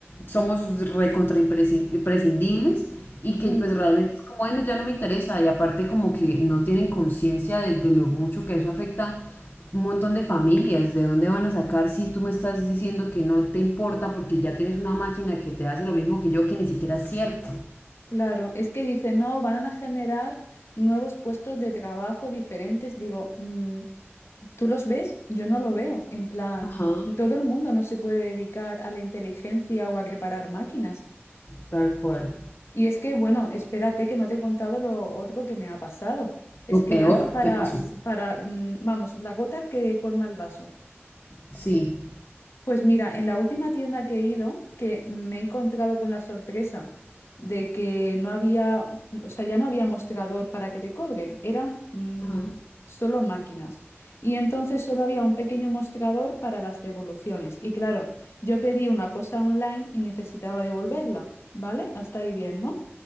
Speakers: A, on the left; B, on the left.
A: somos recontra imprescindibles y que
B: Mm.
A: pues realmente es como, bueno, ya no me interesa y aparte como que no tienen conciencia de, de lo mucho que eso afecta un montón de familias, de dónde van a sacar si tú me estás diciendo que no te importa porque ya tienes una máquina que te hace lo mismo que yo, que ni siquiera es cierto.
B: Claro, es que dice, no, van a generar nuevos puestos de trabajo diferentes. Digo, "Mm, ¿tú los ves? Yo no lo veo. En plan,
A: Ajá,
B: todo el mundo no se puede dedicar a la inteligencia o a reparar máquinas.
A: tal cual.
B: Y es que, bueno, espérate que no te he contado lo otro que me ha pasado. Es
A: O
B: que
A: peor,
B: ya para,
A: ¿qué pasó?
B: para, mm, vamos, la gota que colma el vaso.
A: Sí.
B: Pues mira, en la última tienda que he ido, que me he encontrado con la sorpresa de que no había, o sea, ya no había mostrador para que te cobren, eran mm,
A: Ajá.
B: solo máquinas. Y entonces solo había un pequeño mostrador para las devoluciones. Y claro, yo pedí una cosa online y necesitaba devolverla, ¿vale? Hasta ahí bien, ¿no?